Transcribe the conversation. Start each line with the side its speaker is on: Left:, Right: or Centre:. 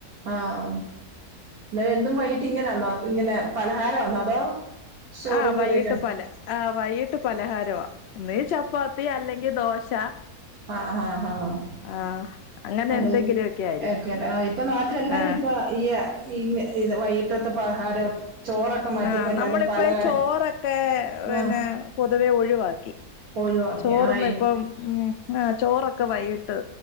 Right: ആഹ് പിന്നെ എന്തും വൈകട്ട് ഇങ്ങനെന്നോ ഇങ്ങനെ പലഹാരം വന്നോ അതോ ചോറും
Left: ആഹ് വൈകിട്ട്
Right: കറിയൊക്കെ
Left: പല ആഹ് വൈകിട്ട് പലഹാരമ നീ ചപ്പാത്തി അല്ലെങ്കി ദോശ.
Right: ആഹ് ഹ ഹ
Left: ആഹ് അങ്ങനെ
Right: അതെ
Left: എന്തെങ്കിലുവൊക്കെ ആയിരിക്കും
Right: ക്കെടാ ഇപ്പൊ നാട്ടില് എല്ലാരും
Left: ആഹ്
Right: ഇപ്പ ഈ ഇ ഇത് വൈകിട്ടത്തെ പലഹാരം ചോറൊക്കെ മാറ്റിപ്പോ
Left: ആഹ്
Right: എല്ലാരും
Left: നമ്മളിപ്പ
Right: പലഹാരം
Left: ചോറൊക്കെ പിന്നെ
Right: ആ
Left: പൊതുവെ ഒഴിവാക്കി
Right: ഒഴിവാക്കി
Left: ചോറ്ന്ന്
Right: ആയി
Left: ഇപ്പം ഉം ആഹ് ചോറൊക്കെ വൈകിട്ട്